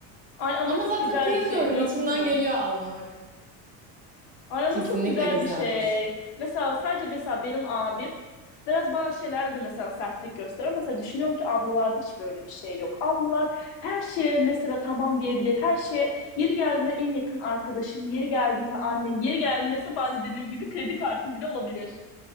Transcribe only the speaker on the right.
Ama
zaten
kıyamıyorum.
İçimden
geliyor almak.
Kesinlikle
güzeldir.